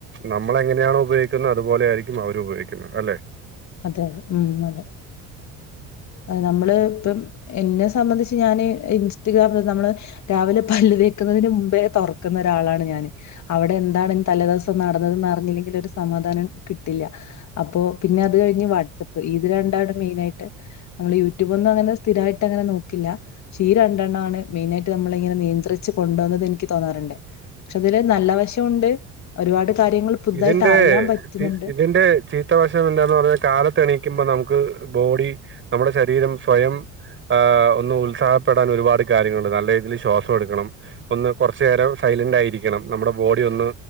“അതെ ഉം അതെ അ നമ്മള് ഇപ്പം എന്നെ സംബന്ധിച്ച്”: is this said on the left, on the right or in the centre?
Left